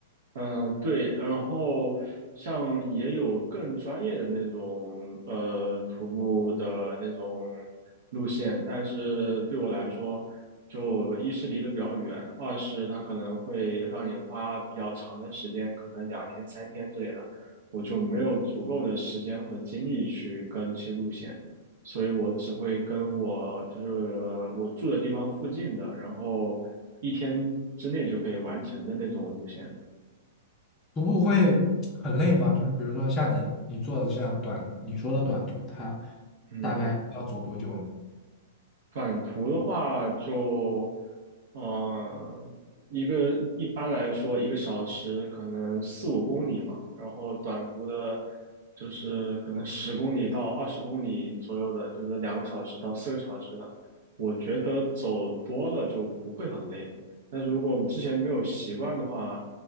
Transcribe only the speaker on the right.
嗯，对，然后像也有更专业的那种呃徒步的那种路线，但是对我来说，就一是离得比较远，二是它可能会让你花比较长的时间，可能两天三天之类的，我就没有足够的时间和精力去跟这些路线，所以我只会跟我就是我住的地方附近的，然后一天之内就可以完成的那种路线。
嗯，
短途的话就，呃，一个一般来说一个小时可能四五公里嘛，然后短途的，就是可能十公里到二十公里左右的，就是两个小时到四个小时的，我觉得走多了就不会很累。但是如果之前没有习惯的话，